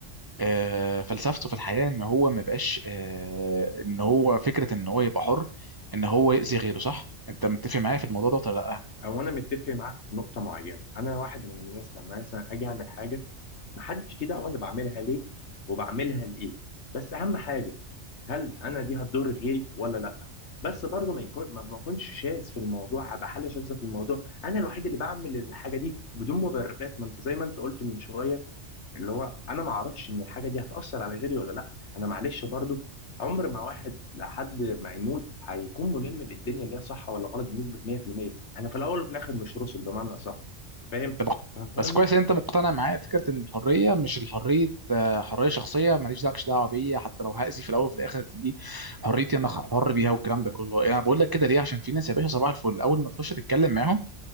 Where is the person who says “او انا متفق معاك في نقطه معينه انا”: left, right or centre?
Left